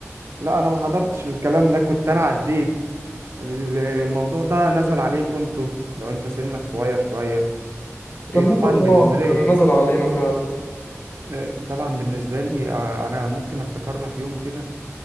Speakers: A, on the right (about 60°); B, on the left (about 40°).
A: لا انا ما حضرتش الكلام ده كنت انا عديت ال- الموضوع ده نزل عليك انتوا لو انت سنك صغير شوية
B: كان
A: إيه، طبعا
B: نزل
A: بالنسبة
B: آه
A: لي
B: كان نزل علينا فعلا
A: آه، طبعا بالنسبة لي آه، انا ممكن افتكر لك يوم كده